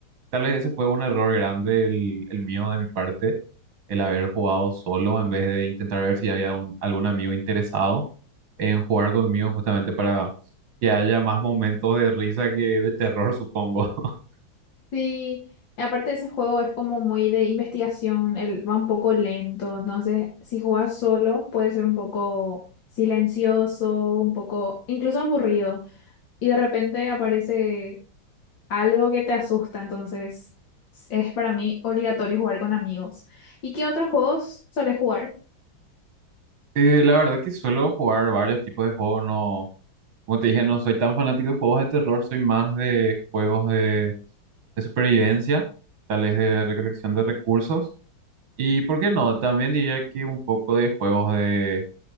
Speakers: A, on the right; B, on the left.
A: Tal vez ese fue un error grande el, el mío de mi parte, el haber jugado solo en vez de intentar ver si había un- algún amigo interesado en jugar conmigo justamente para que haya más momentos de risa que de terror, supongo. <laughs>
B: Sí, aparte ese juego es como muy de investigación, él va un poco lento, entonces si juegas solo puede ser un poco silencioso, un poco incluso aburrido y de repente aparece algo que te asusta, entonces es para mí obligatorio jugar con amigos. ¿Y qué otros juegos sueles jugar?
A: Eh, la verdad que suelo jugar varios tipos de juegos, no, como te dije, no soy tan fanático de juegos de terror, soy más de juegos de, de supervivencia, tal vez de recolección de recursos. Y por qué no, también diría que un poco de juegos de